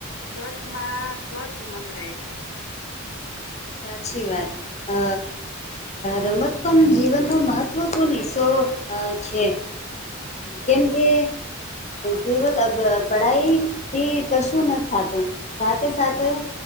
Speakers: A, on the left; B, on the left.
A: સ્વસ્થમાં સ્વસ્થ મંદ રહે છે
B: સાચી વાત અ રમત પણ જીવનનો મહત્વપૂર્ણ હો અ છે કેમ કે કેવલ પઢાઈથી કશું ન સાથે સાથે